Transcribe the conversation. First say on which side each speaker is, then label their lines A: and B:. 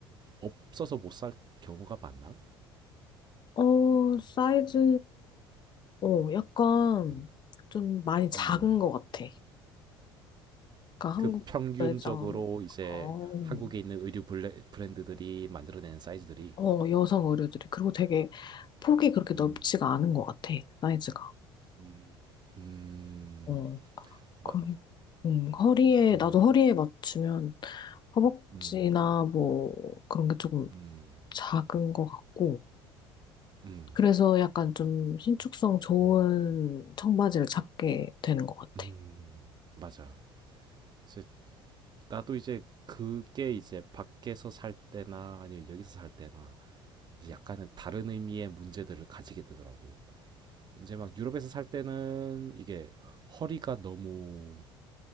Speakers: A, on the right; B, on the left.
A: 없어서 못 살 경우가 많나?
B: 어, 사이즈, 어, 약간
A: 음.
B: 좀 많이 작은
A: 음.
B: 것 같아. 그러니까
A: 그
B: 한국
A: 평균적으로
B: 매장,
A: 이제
B: 어,
A: 한국에 있는 의류 블레, 브랜드들이 만들어낸 사이즈들이
B: 어, 여성 의류들이. 그리고 되게 폭이 그렇게
A: 음,
B: 넓지가 않은 것 같아, 사이즈가.
A: 음, 음,
B: 어. 걸-
A: 마,
B: 음, 허리에,
A: 음,
B: 나도 허리에 맞추면 허벅지나
A: 음,
B: 뭐 그런 게 조금
A: 음,
B: 작은 것 같고,
A: 음,
B: 그래서 약간 좀 신축성 좋은
A: 음,
B: 청바지를 찾게 되는 것 같아.
A: 음, 맞아. 이제 나도 이제 그게 이제 밖에서 살 때나 아니면 여기서 살 때나 약간은 다른 의미의 문제들을 가지게 되더라고. 이제 막 유럽에서 살 때는 이게 허리가 너무